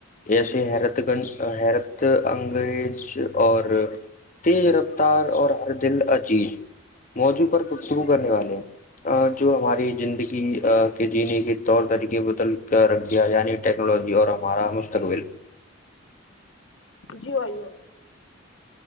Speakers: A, on the left; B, on the left.
A: ایسے حیرت گنج حیرت انگریز اور تیز رفتار اور ہر دل اجیز موضوع پر گفتگو کرنے والے ہیں جو ہماری زندگی کے جینے کے طور طریقے بدل کر رکھ دیا یعنی ٹیکنالوجی اور ہمارا مستقبل
B: جی بائی ہے